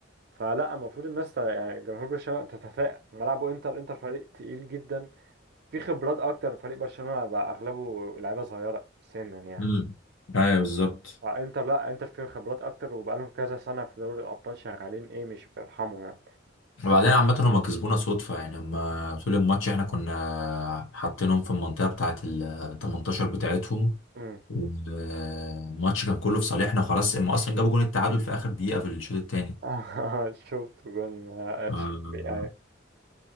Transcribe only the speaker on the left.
امم ايوه بالظبط
وبعدين عامة هما كسبونا صدفة يعني هما طول الماتش احنا كنا حاطينهم في المنطقة بتاعة ال 18 بتاعتهم
والماتش كان كله في صالحنا خلاص هما اصلا جابوا جون التعادل في اخر دقيقة في الشوط التاني
آه،